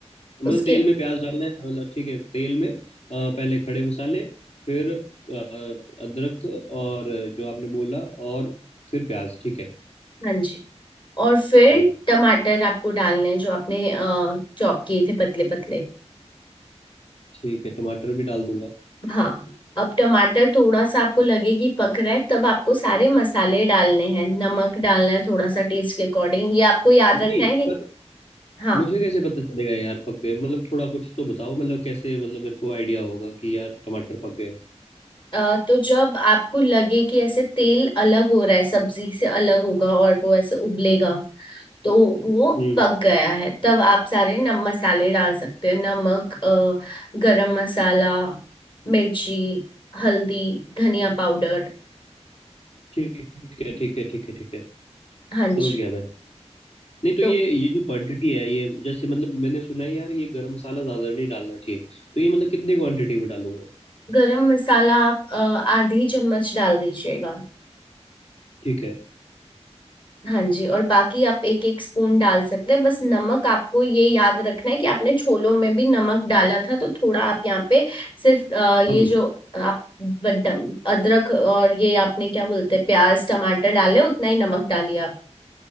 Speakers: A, on the left; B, on the left.
A: मतलब
B: उसके
A: तेल में प्याज डालना है मतलब ठीक है तेल में अ, पहले खड़े मसाले फिर अ, अदरक और जो आपने बोला और फिर प्याज ठीक है
B: हाँ जी और फिर
A: हम्म
B: टमाटर आपको डालने हैं जो आपने चॉप किए थे पतले पतले
A: ठीक है टमाटर भी डाल दूंगा
B: हाँ अब टमाटर थोड़ा सा आपको लगे कि पक रहा है तब आपको सारे मसाले डालने हैं नमक डालना है थोड़ा सा टेस्ट के अकॉर्डिंग ये आपको याद
A: नहीं
B: रखना है कि
A: पर
B: हाँ
A: मुझे कैसे पता चलेगा यार पक गए मतलब थोड़ा कुछ तो बताओ मतलब कैसे मतलब मेरे को आइडिया होगा कि यार टमाटर पक गए
B: अ, तो जब आपको लगे कि ऐसे तेल अलग हो रहा है सब्जी से अलग होगा और वो ऐसे उबलेगा तो वो
A: हम्म
B: पक गया है तब आप सारे नम मसाले डाल सकते हैं नमक अ, गरम मसाला मिर्ची हल्दी धनिया पाउडर
A: ठीक है ठीक है ठीक है ठीक है
B: हाँ जी
A: समझ गया मैं नहीं तो
B: तो
A: ये ये जो क्वांटिटी है ये जैसे मतलब मैंने सुना है यार ये गरम मसाला ज्यादा नहीं डालना चाहिए तो ये मतलब कितनी क्वांटिटी में डालूंगा
B: गरम मसाला आप अ, आधी चम्मच डाल दीजिएगा
A: ठीक है
B: हाँ जी और बाकी आप एक एक स्पून डाल सकते हैं बस नमक आपको ये याद रखना है कि आपने छोलों में भी नमक डाला था तो थोड़ा आप यहाँ पे सिर्फ अ, ये
A: कम
B: जो आप बदम अदरक और ये आपने क्या बोलते हैं प्याज टमाटर डाले उतना ही नमक डालिए आप